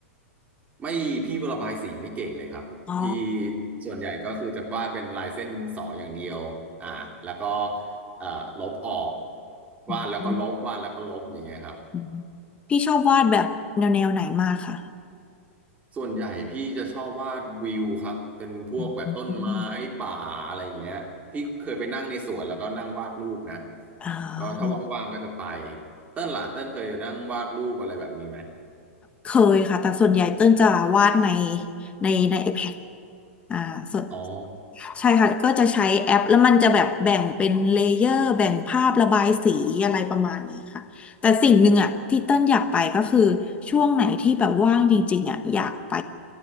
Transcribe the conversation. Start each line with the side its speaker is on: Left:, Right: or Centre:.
Right: ไม่พี่ระบายสีไม่เก่งเลยครับ
Left: อ๋อ
Right: พี่ส่วนใหญ่ก็คือจะวาดเป็นลายเส้นดินสออย่างเดียวอ่าแล้วก็เอ่อลบออก
Left: อืมอืม
Right: วาดแล้วก็ลบวาดแล้วก็ลบอย่างเงี้ยครับ
Left: อืมพี่ชอบวาดแบบแนวแนวไหนมากค่ะ
Right: ส่วนใหญ่พี่จะชอบวาดวิวครับเป็นพวกแบบต้นไม้ป่าอะไรอย่างเงี้ยพี่เคยไปนั่งในสวนแล้วก็นั่งวาดรูปนะ
Left: อืมอืมอืมอ่า
Right: ก็ถ้าว่างๆก็จะไปเต้นล่ะเต้นเคยนั่งวาดรูปอะไรแบบนี้ไหม
Left: เคยค่ะแต่ส่วนใหญ่เติ้ลจะวาดในในใน iPad อ่าสด
Right: อ๋อ
Left: ใช่ค่ะก็จะใช้แอปแล้วมันจะแบบแบ่งเป็นเลเยอร์แบ่งภาพระบายสีอะไรประมาณนี้ค่ะแต่สิ่งหนึ่งอ่ะที่เต้นอยากไปก็คือช่วงไหนที่แบบว่างจริงๆอ่ะอยากไป